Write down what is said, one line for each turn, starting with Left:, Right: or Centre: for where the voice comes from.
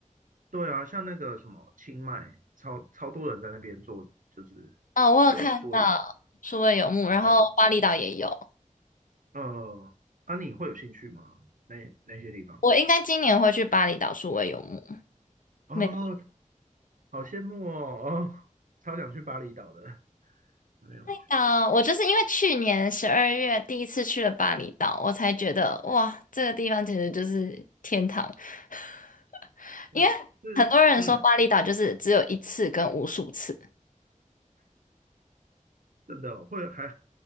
Right: 对啊，像那个什么清迈，超超多人在那边做，就是有数位游，
Left: 哦，我有看到数位游牧，然后巴厘岛也有。
Right: 对啊，呃，啊，你会有兴趣吗？那那些地方？
Left: 我应该今年会去巴厘岛数位游牧。
Right: 哦，
Left: 没想
Right: 好羡慕哦，哦，超想去巴厘岛的，<laughs> 没有去。
Left: 到我就是因为去年十二月第一次去了巴厘岛，我才觉得哇，这个地方简直就是天堂。<laughs>
Right: 哦，
Left: 因为很多人说巴厘岛就是只有一次跟无数次，
Right: 是，嗯，真的哦会还